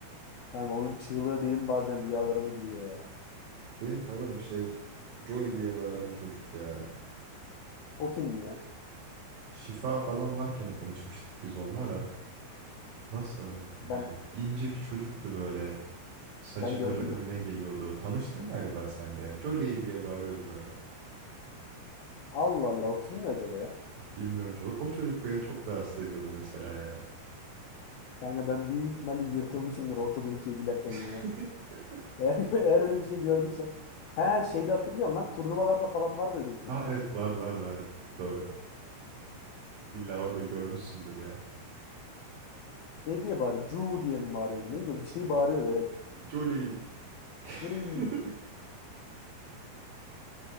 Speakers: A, on the left; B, on the right.
A: Kanka onun çığlığı benim bazen rüyalarıma giriyor ya.
B: Benim favorim şey Jolly diye bağıran çocuk ya.
A: O kimdi ya?
B: Şifa falan varken tanışmıştık biz onunla da. Nasıl anlatayım
A: Ben
B: ya? İnce bir çocuktu böyle. Saçı
A: ben gördüm
B: böyle önüne
A: mü?
B: geliyordu. Tanıştın galiba sen de ya. Jolly diye bağırıyordu böyle.
A: Allah Allah o kimdi acaba ya?
B: Bilmiyorum. O, o çocuk beni çok rahatsız ediyordu mesela ya.
A: Kanka ben büyük ihtimalle yırtılmışımdır ortadan ikiye gülerken
B: <laughs>
A: ya. Eğer, <laughs> eğer öyle bir şey gördüysem. He şeyde hatırlıyorum lan turnuvalarda falan vardı öyle bir çocuk.
B: Aa evet vardı vardı vardı. Doğru. İlla orada görmüşsündür ya.
A: Ne diye bağırıyor? Cu diye mi bağırıyordu? Neydi o? Bir şey bağırıyordu evet.
B: Jolly. <laughs>
A: Jolly.